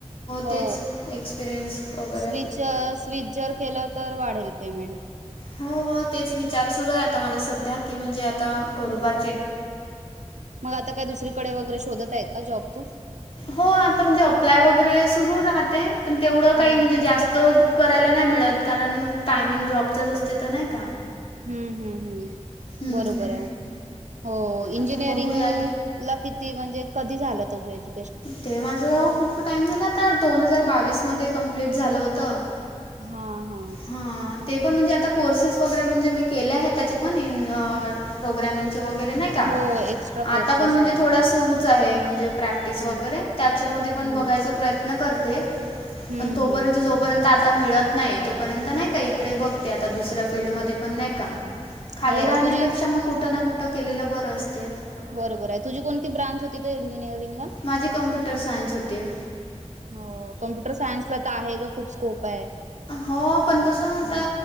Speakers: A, on the right; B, on the left.
A: हो,
B: तेच एक्सपिरियन्स वगैरे
A: स्विच ज स्वीज जर केलं, तर वाढेल पेमेंट.
B: हो हो तेच विचार सुरू आहे, आता माझा सध्या, की म्हणजे आता करुबा
A: मग आता काय दुसरीकडे वगैरे, शोधत आहे का, जॉब तू?
B: हो, आता म्हणजे अप्लाय वगैरे, सुरू राहते, पण तेवढ
A: हम्म
B: काही म्हणजे, जास् तो करायला नाही मिळत, कारण मंग टायमिंग जॉबचाच, असते तर नाही का?
A: ह्म ह्म ह्म,
B: हम्म.
A: बरोबर ये, हो इंजिनिअरिंग
B: आता बघूयात
A: ला किती, म्हणजे कधी झालं, तुज्या ज्य
B: ते माझं, खूप टाइम झाला आता, दोन हजार बावीस मध्ये, कंप्लीट झालं होतं.
A: हां हां
B: हं. ते पण, म्हणजे आता कोर्सेस वगैरे, म्हणजे मी केले आहेत, त्याचे पण इन प्रोग्रॅमिंग चे वैगेरे नही का,
A: हो एक्स्ट्रा कोर्सेसवाले
B: आता पण म्हणजे थोडा
A: हां
B: सुरूच आहे, म्हणजे <inaudible>
A: हम्म
B: <inaudible> वैगेरे त्याच्यामध्ये पण,
A: हम्म
B: बघायचाय प्रयत्न करते,
A: हम्म
B: पण तोपर्यंत-जोपर्यंत
A: हम्म
B: ता मिळत नही, तोपर्यंत नाही का, इकड बघते आता, दुसऱ्या फील्डमध्ये, पण नाही का खाली
A: हो
B: राहण्यापेक्षा,
A: तुझी
B: मग कुठं ना, कुठं केलेलं, बरं असते.
A: बरोबर य, तुझी कोणती ब्रांच होती, ते इंजिनिअरिंगला?
B: माझी, कम्प्युटर सायन्स होती.
A: हो कम्प्युटर सायन्सला, त आहे गं, खूप स्कोप. आहे
B: हो पण कसं,
A: हो
B: त